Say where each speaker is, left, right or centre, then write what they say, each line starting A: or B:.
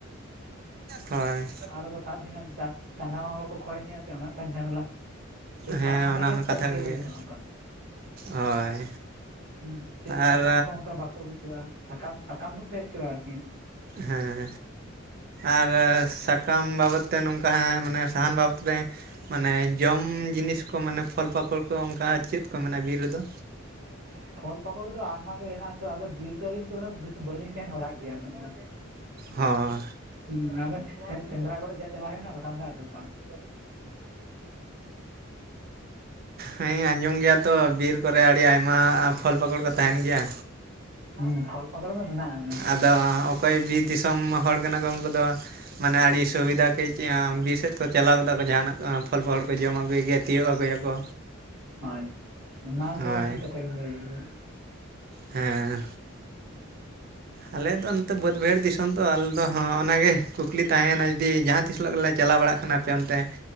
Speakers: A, on the right (about 45°); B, on the right (about 75°).
A: <inaudible> ᱦᱳᱭ᱾
B: ᱜᱚ ᱥᱟᱵ ᱵᱤᱱᱟ ᱫᱟ ᱴᱟᱸᱜᱟ-ᱢᱟᱣᱟ ᱠᱚ ᱠᱷᱚᱭᱱᱤᱜᱼᱟ ᱥᱮ ᱚᱱᱟ ᱢᱮᱜᱴᱟᱝ ᱡᱷᱟᱢᱮᱞᱟ, ᱪᱮ
A: ᱦᱮᱸ
B: ᱥᱟᱵ ᱢᱟᱱᱮ
A: ᱚᱱᱟ
B: ᱜᱮ
A: ᱦᱚᱸ
B: ᱛᱮ
A: ᱠᱟᱛᱷᱟ
B: ᱫᱟᱹᱲ
A: ᱠᱟᱱ ᱜᱮᱭᱟ
B: ᱦᱩᱭᱩᱜᱼᱟ ᱚᱝᱠᱟ᱾
A: ᱦᱳᱭ
B: ᱩᱸ ᱪᱮᱜ
A: ᱟᱨ
B: ᱥᱟᱦᱟᱱ ᱠᱚ ᱚᱝᱠᱟ ᱵᱟ- -ᱠᱚ ᱜᱩᱪᱚᱣᱟ, ᱥᱟᱠᱟᱢ, ᱥᱟᱠᱟᱢ ᱫᱚᱠᱚ ᱦᱮᱡ ᱪᱚᱣᱟ ᱟᱨᱠᱤ᱾
A: ᱦᱮᱸ, ᱟᱨ ᱥᱟᱠᱟᱢ ᱵᱟᱵᱚᱫ ᱛᱮ ᱱᱚᱝᱠᱟ ᱦᱟᱸ ᱢᱟᱱᱮ ᱥᱟᱦᱟᱱ ᱵᱟᱵᱚᱛ ᱯᱮᱸ ᱢᱟᱱᱮ ᱡᱚᱢ ᱡᱤᱱᱤᱥ ᱠᱚ ᱢᱟᱱᱮ ᱯᱷᱚᱞ, ᱯᱟᱠᱚᱞ ᱠᱚ ᱚᱝᱠᱟ ᱪᱮᱫ ᱠᱚ ᱢᱮᱱᱟᱜᱼᱟ ᱵᱤᱨ ᱨᱮᱫᱚ?
B: <inaudible> ᱯᱷᱚᱞ, ᱯᱟᱠᱚᱲ ᱫᱚ ᱟᱭᱢᱟ ᱜᱮ ᱦᱮᱱᱟᱜ ᱟᱛᱚ ᱟᱫᱚ ᱵᱤᱨ ᱛᱚ, ᱨᱤᱧ ᱛᱚ ᱩᱱᱟᱹᱜ ᱵᱤᱥᱤ ᱵᱟᱹᱞᱤᱧ ᱥᱮᱱ ᱵᱟᱲᱟᱜ ᱜᱮᱭᱟ ᱩᱱᱟᱹᱜ ᱫᱚ᱾
A: ᱦᱚᱸ
B: ᱮ <inaudible> ᱥᱮᱸᱫᱽᱨᱟ ᱠᱚᱨᱮ ᱡᱟ ᱪᱟᱞᱟᱣ ᱦᱩᱭᱱᱟ ᱵᱟᱠᱷᱟᱱ ᱟᱫᱚ ᱵᱟᱝ᱾ <inaudible>
A: ᱦᱮᱸᱻᱧ ᱟᱸᱡᱚᱢ ᱜᱮᱭᱟ ᱛᱚ ᱵᱤᱨ ᱠᱚᱨᱮ ᱟᱹᱲᱤ ᱟᱭᱢᱟ ᱯᱷᱚᱞ, ᱯᱟᱠᱚᱲ ᱠᱚ ᱛᱟᱦᱮᱱ ᱜᱮᱸᱭᱟ᱾
B: ᱦᱩᱸ ᱯᱷᱚᱞ, ᱯᱟᱠᱟᱲ ᱫᱚ ᱢᱮᱱᱟᱜᱼᱟ᱾
A: ᱟᱫᱚ ᱚᱠᱚᱭ ᱵᱤ ᱫᱤᱥᱚᱢ ᱦᱚᱲ ᱠᱟᱱᱟ ᱠᱚ ᱩᱝᱠᱩ ᱫᱚ ᱢᱟᱱᱮ ᱟᱹᱲᱤ ᱥᱩᱵᱤᱫᱟ ᱠᱟᱹᱡ ᱪᱮ ᱟᱸ ᱵᱤ ᱥᱮᱫ ᱠᱚ ᱪᱟᱞᱟᱣ ᱜᱚᱫᱚᱜ ᱟᱠᱚ, ᱡᱟᱦᱟᱱᱟᱜ ᱠᱚᱸ ᱯᱷᱚᱞ, ᱯᱟᱠᱚᱲ ᱠᱚ ᱡᱚᱢ ᱟᱹᱜᱩᱭ ᱜᱮᱭᱟ, ᱛᱤᱭᱳᱜ ᱟᱹᱜᱩᱭᱟᱠᱚ,
B: ᱦᱚᱭ, ᱚᱱᱟ ᱫᱚ
A: ᱦᱳᱭ
B: ᱴᱷᱤᱠ ᱠᱟᱛᱷᱟ ᱜᱮᱵᱤᱱ ᱞᱟᱹᱭ ᱠᱟᱫᱟ᱾
A: ᱦᱮᱸ, ᱟᱞᱮ ᱫᱚ ᱱᱚᱛᱮ ᱵᱟᱹᱫᱽ ᱵᱟᱹᱭᱦᱟᱹᱲ ᱫᱤᱥᱚᱱ ᱛᱚ ᱟᱞ ᱫᱚ᱾ ᱦᱚᱸ ᱚᱱᱟ ᱜᱮ ᱠᱩᱠᱞᱤ ᱛᱟᱦᱮᱸᱭᱮᱱᱟ ᱫᱤ ᱡᱟᱦᱟᱸ ᱛᱤᱥ ᱞᱳᱜ ᱜᱮᱞᱮ ᱪᱟᱞᱟ ᱵᱟᱲᱟᱜ ᱠᱟᱱᱟ ᱟᱯᱮ ᱚᱱᱛᱮ